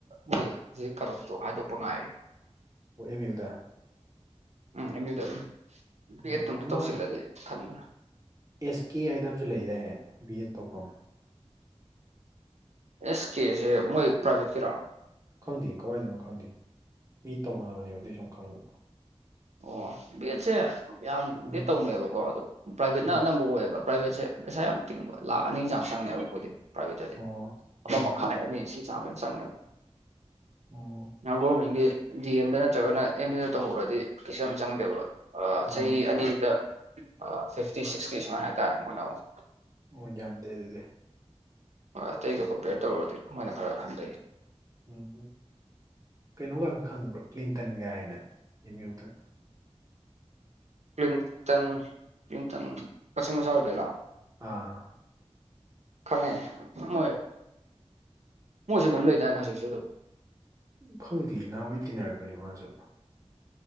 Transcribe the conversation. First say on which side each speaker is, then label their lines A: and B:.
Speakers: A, on the right (about 90°); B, on the right (about 30°).
A: ꯃꯣꯏ ꯍꯧꯖꯤꯛ ꯀꯩꯅꯣꯁꯨ ꯍꯥꯏꯗꯣꯛꯄ ꯉꯥꯏꯔꯤ
B: ꯑꯣ ꯑꯦꯝ ꯌꯨꯗ
A: ꯎꯝ ꯑꯦꯝ ꯌꯨꯗ ꯑꯗꯨꯝ ꯕꯦꯠꯇꯪ
B: ꯑꯣ ꯑꯃ
A: ꯇꯧꯁꯤꯂꯗꯤ ꯈꯟꯕ
B: ꯑꯦꯁ ꯀꯦ ꯍꯥꯏꯗ ꯑꯃꯁꯨ ꯂꯩꯗꯥꯏꯅꯦ ꯕꯤ ꯑꯦꯗ ꯇꯧꯐꯝ
A: ꯑꯦꯁ ꯀꯦꯁꯦ ꯃꯣꯏ ꯄ꯭ꯔꯥꯏꯚꯦꯠꯀꯤꯔꯣ
B: ꯈꯪꯗꯦ ꯀꯋꯥꯏꯗꯅꯣ ꯈꯪꯗꯦ ꯃꯤ ꯇꯧꯅꯕꯅꯦꯕ ꯑꯗꯨꯏ ꯁꯨꯝ ꯈꯪꯕ
A: ꯑꯣ ꯕ‌‌ꯦꯠꯁꯦ ꯌꯥꯝꯅꯗꯤ
B: ꯎꯝ
A: ꯇꯧꯅꯩꯌ‌ꯦꯕꯀꯣ ꯑꯗꯣ ꯄ꯭ꯔꯥꯏꯚꯦꯠꯅ
B: ꯎꯝ
A: ꯑꯅꯝꯕ ꯑꯣꯏꯌꯦꯕ ꯄ꯭ꯔꯥꯏꯚꯦꯠꯁꯦ ꯄꯩꯁꯥ ꯌꯥꯝ ꯇꯤꯡꯕ ꯂꯥꯛꯈ ꯑꯅꯤꯒꯤ ꯆꯥꯡ ꯆꯪꯉꯦꯕ ꯃꯣꯏꯗꯤ ꯄ꯭ꯔꯥꯏꯚꯦꯠꯇꯗꯤ
B: ꯑꯣ
A: ꯑꯃ
B: ꯑꯣ
A: ꯃꯈꯥꯏ ꯑꯅꯤ ꯁꯤ ꯆꯃꯦ ꯆꯉ
B: ꯎꯝ
A: ꯒꯣꯕꯔꯃꯦꯟꯒꯤ ꯗꯤ ꯑꯦꯝꯗ ꯅꯠꯇ꯭ꯔꯒꯅ ꯑꯦꯝ ꯌꯨ ꯗ ꯇꯧꯍꯧꯔꯗꯤ ꯀꯩꯁꯨ ꯌꯥꯝ ꯆꯪꯗꯦꯕ
B: ꯑꯣ
A: ꯆꯍꯤ ꯑꯅꯤꯗ ꯐꯤꯐꯇꯤ ꯁꯤꯛꯁꯇꯤ ꯁꯨꯃꯥꯏꯅ ꯍꯥꯏꯇꯥꯔꯦ ꯃꯣꯏꯅ ꯑꯃꯨꯛ
B: ꯑꯣ ꯌꯥꯝꯗꯦ ꯑꯗꯨꯗꯤ
A: ꯍꯣꯏ ꯑꯇꯩꯒ ꯀꯝꯄꯤꯌꯔ ꯇꯧꯔꯗꯤ ꯃꯣꯏꯅ ꯈꯔ ꯍꯟꯊꯩ
B: ꯎꯝ ꯀꯩꯅꯣꯒ ꯈꯪꯕ꯭ꯔꯣ ꯀ꯭ꯂꯤꯟꯇꯟꯒꯥꯏꯅ ꯑꯦꯝ ꯌꯨꯗ
A: ꯀ꯭ꯂꯤꯟꯇꯟ ꯀ꯭ꯂꯤꯟꯇꯟ ꯀꯛꯆꯤꯡ ꯃꯆꯥ ꯑꯣꯏꯗꯣꯏꯔ‌ꯣ
B: ꯑꯥ
A: ꯈꯪꯉꯦ ꯃꯣꯏ ꯃꯣꯏꯁꯨ ꯑꯗꯨꯝ ꯂꯩꯗꯥꯏꯅꯦ ꯍꯧꯖꯤꯛꯁꯨ ꯑꯗꯨꯝ
B: ꯈꯪꯗꯦ ꯅꯍꯥꯟꯋꯥꯏ ꯇꯤꯟꯅꯔꯛꯄꯅꯤ ꯃꯥꯁꯨ